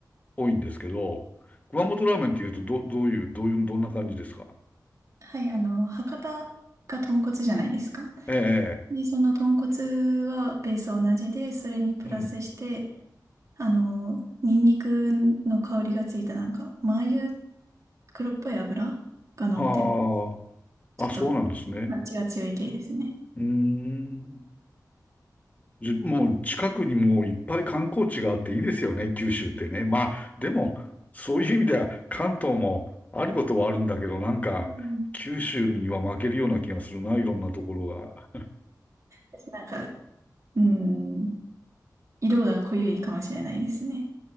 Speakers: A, on the left; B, on the right.
A: 多いんですけど、熊本ラーメンっていうと、ど、どういう、どういう、どんな感じですか
B: はい。あの、博多が豚骨じゃないですか。
A: ええ、え
B: で、その豚骨はベース同じで、それにプラスして、
A: えうん。
B: あの、ニンニクの香りがついたなんか、マー油、黒っぽい油が乗って、
A: あ
B: ちょっと
A: あ、あ、そうなんですね。
B: パンチが強い系ですね。
A: うーん。じもう近くにもういっぱい観光地があっていいですよね、九州ってね。まあ、でも、そういう意味では関東もあることはあるんだけど、なんか、
B: うん
A: 九州には負けるような気がするな、いろんなところが。
B: 私なんか、うん、色が濃ゆいかもしれないですね。